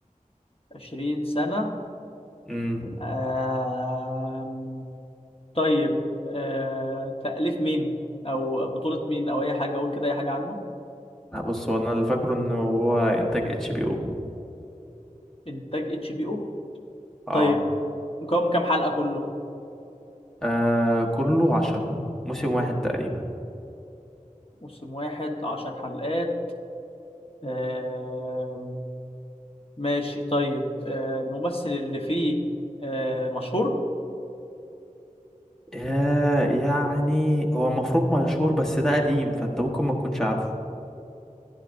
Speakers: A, on the left; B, in the centre.
A: 20 سنة
B: امم
A: آه، طيب آه... تأليف مين او بطولة مين او اي حاجة اقول كده اي حاجة عنه
B: لا، بص هو أنا اللي فاكره إنه هو إنتاج اتش بي أو
A: انتاج اتش بي او
B: آه
A: طيب مكون من كام حلقة كله
B: آه كله عشرة موسم واحد تقريبا
A: موسم واحد عشر حلقات آه... ماشي طيب آه... الممثل اللي فيه آه... مشهور
B: آه يعني هو المفروض مشهور بس ده قديم فأنت ممكن ما تكونش عارفه